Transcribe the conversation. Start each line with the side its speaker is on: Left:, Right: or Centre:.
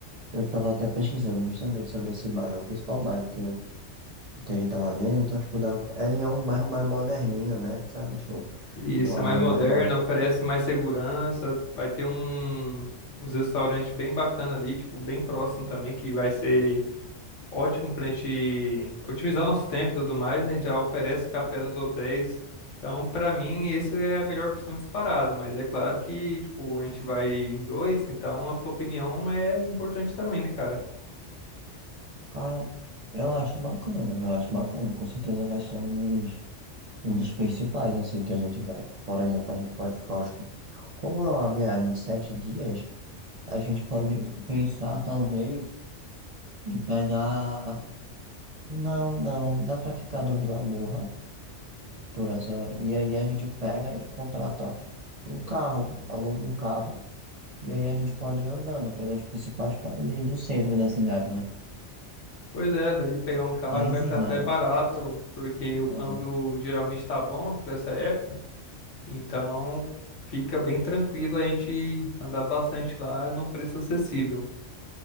Right: Eu tava até pesquisando justamente sobre esse bairro, o principal bairro que, que a gente tava vendo. Então, tipo, dá... ele é um bairro mais moderninho, né? Sabe? Tipo,
Left: E
Right: tem
Left: isso
Right: uma
Left: é mais
Right: vibe
Left: moderno,
Right: mais moderna.
Left: oferece mais segurança, vai ter um uns restaurantes bem bacana ali, tipo, bem próximo também que vai ser ótimo pra gente otimizar nosso tempo e tudo mais, né? Já oferece café nos hotéis. Então, pra mim, essa é a melhor opção disparado, mas é claro que, tipo, a gente vai em dois, então a sua opinião é importante também, né, cara?
Right: Cara, eu acho bacana, eu acho bacana. Com certeza vai ser um dos, um dos principais, assim, que a gente vai. Por exemplo, a gente pode ficar uns. Como é uma viagem de sete dias, a gente pode pensar, talvez, em pegar. Não, não, dá pra ficar no Vila Morra. por essa. E aí a gente pega e contrata um carro, aluga um carro, e aí a gente pode ir andando pelos principais países do centro da cidade, né?
Left: Pois é, dá de pegar um carro
Right: Países
Left: que vai ficar
Right: não,
Left: até barato, porque o
Right: é
Left: câmbio
Right: verdade.
Left: geralmente tá bom por essa época, então fica bem tranquilo a gente andar bastante lá num preço acessível.